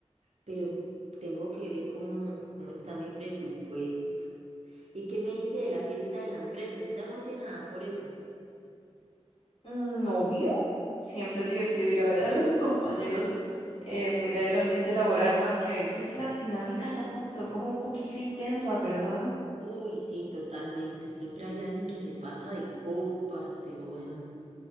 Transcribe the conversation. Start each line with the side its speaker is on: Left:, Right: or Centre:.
Right: pero tengo que ver cómo, cómo está mi presupuesto. ¿Y qué me dice de la fiesta de la empresa? ¿Está emocionada por eso?
Left: Mm, obvio, siempre es divertido ir a ver a <laughs> los compañeros eh, fuera del ambiente laboral, aunque a veces las dinámicas son, co- son como un poquillo intensas, ¿verdad?
Right: Uy, sí, totalmente. Siempre hay alguien que se pasa de copas, pero bueno,